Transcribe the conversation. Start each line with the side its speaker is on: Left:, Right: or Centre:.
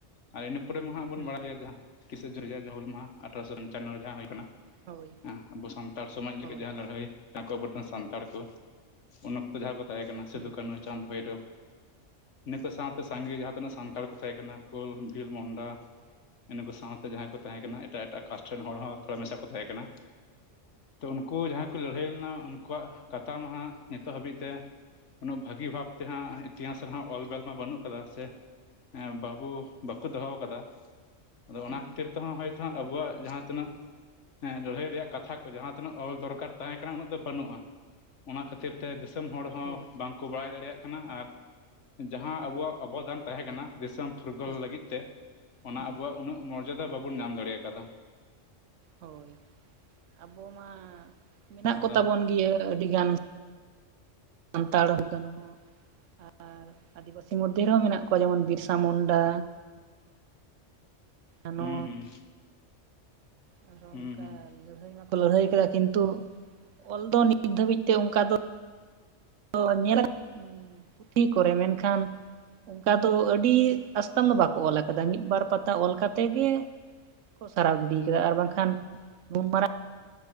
Left: ᱟᱨ ᱤᱱᱟᱹ ᱯᱚᱨᱮ ᱢᱟ ᱦᱟᱸᱜ ᱵᱚᱱ
Right: ᱦᱩᱸ
Left: ᱵᱟᱲᱟᱭ ᱜᱮᱭᱟ ᱡᱟᱦᱟᱸ ᱛᱤᱥᱟᱹ ᱡᱩᱱ ᱨᱮᱭᱟᱜ ᱡᱟᱦᱟ ᱦᱩᱞ ᱢᱟᱦᱟ ᱟᱴᱷᱨᱚᱥᱚ ᱯᱚᱧᱪᱟᱱᱱᱚ ᱡᱟᱦᱟᱸ ᱦᱩᱭ ᱠᱟᱱᱟ
Right: ᱦᱳᱭ
Left: ᱟᱵᱚ ᱥᱟᱱᱛᱟᱲ ᱥᱚᱢᱟᱡᱽ ᱞᱟᱹᱜᱤᱫ
Right: ᱦᱳᱭ
Left: ᱡᱟᱦᱟᱸ ᱞᱟᱹᱲᱦᱟᱹᱭ ᱱᱟ ᱠᱚ ᱟᱵᱚ ᱴᱷᱮᱱ ᱥᱟᱱᱛᱟᱲ ᱠᱚ ᱩᱱ ᱡᱟᱦᱟᱸᱭ ᱠᱚ ᱛᱟᱦᱮᱸ ᱠᱟᱱᱟ ᱥᱤᱫᱩ,
Right: ᱦᱩᱸ
Left: ᱠᱟᱹᱱᱩ, ᱪᱟᱸᱫᱽ, ᱵᱷᱳᱭᱨᱳᱵᱽ ᱤᱱᱟᱹ ᱠᱚ ᱥᱟᱶᱛᱮ ᱥᱟᱸᱜᱮ ᱡᱟᱦᱟᱸ ᱛᱤᱱᱟᱹᱜ ᱥᱟᱱᱛᱟᱲ ᱠᱚ ᱛᱟᱦᱮᱸ ᱠᱟᱱᱟ ᱠᱳᱞ, ᱵᱷᱤᱞ, ᱢᱳᱱᱰᱟ ᱤᱱᱟᱹ ᱠᱚ ᱥᱟᱶᱛᱮ ᱡᱟᱦᱟᱸᱭ ᱠᱚ ᱛᱟᱦᱮᱸ ᱠᱟᱱᱟ ᱮᱴᱟᱜ ᱮᱴᱟᱜ ᱠᱟᱥᱴ ᱨᱮᱱ ᱦᱚᱲ ᱦᱚᱸ ᱛᱷᱚᱲᱟ ᱢᱮᱥᱟ ᱠᱚ ᱛᱟᱦᱮᱸ ᱠᱟᱱᱟ, ᱛᱚ ᱩᱱᱠᱩ ᱡᱟᱦᱟᱸᱭ ᱠᱚ ᱞᱟᱹᱲᱦᱟᱹᱭ ᱞᱮᱱᱟ ᱩᱱᱠᱩᱣᱟᱜ ᱠᱟᱛᱷᱟ ᱢᱟᱦᱟᱸᱜ ᱱᱤᱛᱚᱜ ᱦᱟᱹᱵᱤᱡ ᱛᱮ ᱩᱱᱟᱹᱜ ᱵᱷᱟᱹᱜᱤ ᱵᱷᱟᱵᱛᱮᱦᱟᱸᱜ ᱤᱛᱤᱦᱟᱸᱟᱥ ᱨᱮᱦᱚᱸ ᱚᱞ ᱵᱮᱞ ᱢᱟ ᱵᱟᱹᱱᱩᱜ ᱠᱟᱫᱟ ᱥᱮ ᱵᱟᱹᱵᱩ ᱵᱟᱠᱩ ᱫᱚᱦᱚ ᱠᱟᱫᱟ ᱟᱫᱚ
Right: ᱦᱩᱸ
Left: ᱚᱱᱟ ᱠᱷᱟᱹᱛᱤᱨ ᱛᱮᱦᱚᱸ ᱦᱚᱭ ᱛᱚ ᱦᱟᱸᱜ ᱟᱵᱩᱣᱟᱜ ᱡᱟᱦᱟᱸ ᱛᱤᱱᱟᱹᱜ ᱞᱟᱹᱲᱦᱟᱹᱭ ᱨᱮᱭᱟᱜ ᱠᱟᱛᱷᱟ ᱠᱚ ᱡᱟᱦᱟᱸ ᱛᱤᱱᱟᱹᱜ ᱚᱞ ᱫᱚᱨᱠᱟᱨ ᱛᱟᱦᱮᱸ ᱠᱟᱱᱟ ᱩᱱᱟᱹᱜ ᱫᱚ ᱵᱟᱹᱱᱩᱜ-ᱟ ᱚᱱᱟ ᱠᱷᱟᱹᱛᱤᱨ ᱛᱮ ᱫᱤᱥᱚᱢ ᱦᱚᱲ ᱦᱚᱸ
Right: ᱦᱳᱭ
Left: ᱵᱟᱝ ᱠᱩ ᱵᱟᱲᱟᱭ ᱫᱟᱲᱮᱭᱟᱜ ᱠᱟᱱᱟ ᱟᱨ ᱡᱟᱦᱟᱸ ᱟᱵᱚᱣᱟᱜ ᱚᱵᱚᱫᱟᱱ ᱛᱟᱦᱮᱸ ᱠᱟᱱᱟ ᱫᱤᱥᱚᱢ ᱯᱷᱩᱨᱜᱟᱹᱞ
Right: ᱦᱩᱸ
Left: ᱞᱟᱹᱜᱤᱫ ᱛᱮ ᱚᱱᱟ
Right: ᱦᱩᱸ
Left: ᱟᱵᱚᱣᱟᱜ ᱩᱱᱟᱹᱜ ᱢᱚᱨᱡᱟᱫᱟ ᱵᱟᱵᱚᱱ ᱧᱟᱢ ᱫᱟᱲᱮᱭ ᱟᱠᱟᱫᱟ᱾
Right: ᱦᱳᱭ ᱟᱵᱚ ᱢᱟ ᱢᱮᱱᱟᱜ
Left: ᱟᱫᱚ
Right: ᱠᱚᱛᱟᱵᱚᱱ ᱜᱮᱭᱟᱹ ᱟᱹᱰᱤ ᱜᱟᱱ ᱥᱟᱱᱛᱟᱲ ᱠᱟᱱᱩ ᱦᱚᱸ ᱟᱨ ᱟᱫᱤᱵᱟᱹᱥᱤ ᱢᱚᱫ ᱫᱷᱮ ᱨᱮ ᱦᱚᱸ ᱢᱮᱱᱟᱜ ᱠᱚᱣᱟ ᱡᱮᱢᱚᱱ ᱵᱤᱨᱥᱟ ᱢᱩᱱᱰᱟ, ᱟᱱᱚ
Left: ᱦᱩᱸ ᱦᱩᱸ
Right: ᱟᱨᱦᱚᱸ
Left: ᱦᱩᱸ
Right: ᱚᱝᱠᱟ
Left: ᱦᱩᱸ
Right: ᱞᱟᱹᱲᱦᱟᱹᱭ ᱢᱟᱠ ᱞᱟᱹᱲᱦᱟᱹᱭ ᱠᱟᱫᱟ ᱠᱤᱱᱛᱩ ᱚᱞ ᱫᱚ ᱱᱤᱛ ᱫᱷᱟᱹᱵᱤᱡ ᱛᱮ ᱚᱝᱠᱟ ᱫᱚ ᱛᱚ ᱧᱮᱞ ᱯᱩᱛᱷᱤ ᱠᱚᱨᱮ ᱢᱮᱱᱠᱷᱟᱱ ᱚᱝᱠᱟ ᱫᱚ ᱟᱹᱰᱤ ᱟᱥᱛᱟᱷᱟᱢ ᱫᱚ ᱵᱟᱠᱚ ᱚᱞ ᱟᱠᱟᱫᱟ ᱢᱤᱫᱵᱟᱨ ᱯᱟ ᱛᱟ ᱚᱞ ᱠᱟᱛᱮ ᱜᱮ ᱠᱚ ᱥᱟᱨᱟᱣ ᱜᱤᱰᱤᱭ ᱠᱟᱫᱟ ᱟᱨ ᱵᱟᱝᱠᱷᱟᱱ ᱢᱟᱨᱟᱝ ᱱᱩᱱ ᱢᱟᱨᱟᱝ